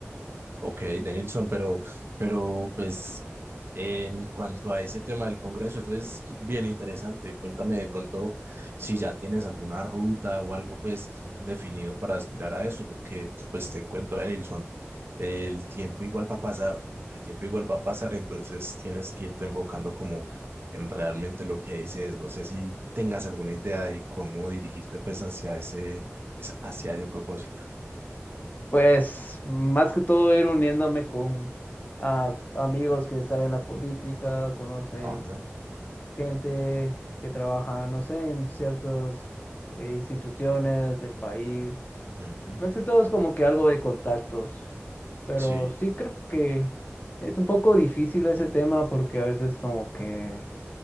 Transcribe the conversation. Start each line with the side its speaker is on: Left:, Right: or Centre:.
Right: ok, Denilson, pero, pero pues en cuanto a ese tema del Congreso, eso es bien interesante. Cuéntame de pronto si ya tienes alguna ruta o algo pues definido para aspirar a eso, porque pues te cuento, Denilson. El tiempo igual va a pasar, el tiempo igual va a pasar, entonces tienes que irte enfocando como en realmente lo que dices. No sé si tengas alguna idea de cómo dirigirte pues hacia ese, es- hacia ese propósito.
Left: Pues más que todo ir uniéndome con a- amigos que están en la política, conocen
Right: Ajá,
Left: gente que trabaja, no sé, en ciertas eh, instituciones del país.
Right: ujú,
Left: Más que todo es como que algo de contactos, pero
Right: Sí,
Left: sí creo que es un poco difícil ese tema porque a veces como que